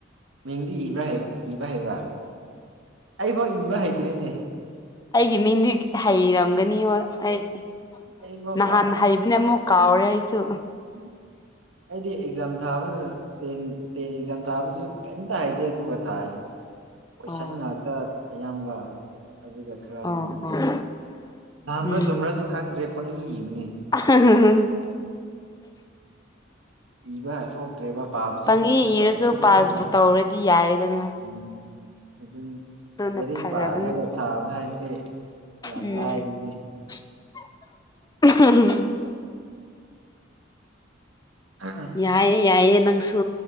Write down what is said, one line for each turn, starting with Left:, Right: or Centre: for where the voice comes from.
Right: ꯃꯤꯡꯗꯤ ꯏꯕ꯭ꯔꯥ ꯏꯕ ꯍꯩꯕ꯭ꯔꯥ ꯑꯩ ꯐꯥꯎ ꯏꯕ ꯍꯩ ꯗ꯭ꯔꯤꯅꯦ
Left: ꯑꯩꯒꯤ ꯃꯤꯡꯗꯤ ꯍꯩꯔꯝꯒꯅꯤ ꯍꯣꯏ ꯑꯩ
Right: ꯑꯩꯐꯥꯎ
Left: ꯅꯍꯥꯟ ꯍꯩꯕꯅꯦ ꯑꯃꯨꯛ ꯀꯥꯎꯔꯦ ꯑꯩꯁꯨ
Right: ꯎꯝ ꯑꯩꯗꯤ ꯑꯦꯛꯖꯥꯝ ꯊꯥꯕ ꯇꯦꯟ ꯇꯦꯟ ꯑꯦꯛꯖꯥꯝ ꯊꯥꯕꯁꯨ ꯀꯩꯝꯇ ꯍꯥꯏꯇꯦ ꯑꯗꯨꯒ ꯊꯥꯏ꯫ ꯀꯣꯏꯁꯟ
Left: ꯑꯣ
Right: ꯉꯥꯛꯇ ꯑꯌꯥꯝꯕ ꯑꯗꯨꯒ ꯈꯔ
Left: ꯑꯣ
Right: ꯏ
Left: ꯑꯣ
Right: ꯂꯥꯟꯕ꯭ꯔ
Left: ꯎꯝ
Right: ꯆꯨꯝꯕ꯭ꯔꯁꯨ ꯈꯪꯗ꯭ꯔꯦ ꯄꯪꯏ ꯏꯕꯅꯦ꯫
Left: <unintelligible>
Right: ꯏꯕ ꯁꯣꯛ ꯊꯣꯛꯇ꯭ꯔꯦꯕ ꯄꯥꯕꯁꯨ
Left: ꯄꯪꯏ
Right: ꯊꯣꯛꯇ꯭ꯔꯦꯕ
Left: ꯏꯔꯁꯨ
Right: ꯈꯤꯇꯪ
Left: ꯄꯥꯁꯕꯨ
Right: ꯈꯤꯇꯪ
Left: ꯇꯧꯔꯗꯤ ꯌꯥꯔꯦꯗꯅ
Right: ꯎꯝ꯫ ꯑꯗꯨꯅꯤ
Left: ꯑꯗꯨꯅ
Right: ꯂꯥꯏꯔꯤꯛ
Left: ꯐꯔꯕꯅꯤ
Right: ꯄꯥꯗ꯭ꯔꯒ ꯊꯥꯕ ꯍꯥꯏꯕꯁꯦ ꯌꯥꯝ
Left: ꯎꯝ
Right: ꯂꯥꯏꯕꯅꯤ꯫
Left: <unintelligible>
Right: <unintelligible>
Left: ꯌꯥꯏꯌꯦ ꯌꯥꯏꯌꯦ ꯅꯪꯁꯨ꯫